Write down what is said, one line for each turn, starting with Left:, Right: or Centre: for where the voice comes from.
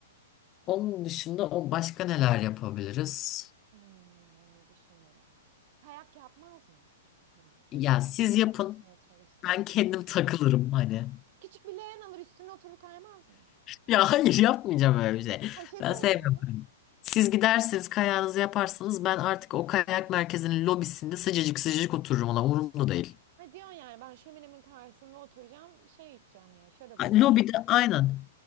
Left: Onun dışında o başka neler yapabiliriz?
Right: Hmm, düşünelim. Kayak yapmaz mıyız peki? Hani seni
Left: Ya siz
Right: ikna
Left: yapın.
Right: etmeye çalışsam
Left: Ben kendim
Right: böyle.
Left: takılırım hani. <laughs>
Right: Küçük bir leğen alır üstüne oturur kaymaz mı?
Left: Ya hayır yapmayacağım öyle bir şey.
Right: Poşete
Left: Ben
Right: oturalım.
Left: sevmiyorum. kayak. Siz gidersiniz kayağınızı yaparsınız. Ben artık o kayak merkezinin lobisinde sıcacık sıcacık otururum ona. Umurumda değil.
Right: Ha diyorsun yani ben şöminemin karşısında oturacağım şey içeceğim ya şarabımı
Left: A- Lobide
Right: yudumlayacağım.
Left: aynen.